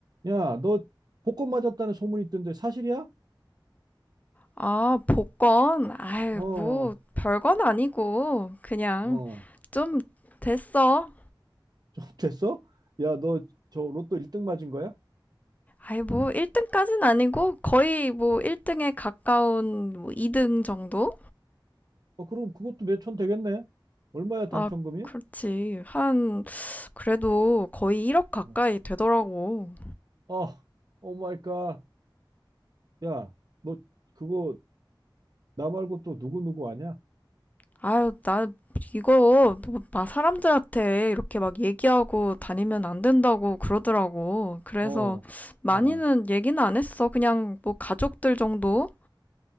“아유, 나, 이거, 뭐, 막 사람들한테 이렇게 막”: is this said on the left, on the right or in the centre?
Left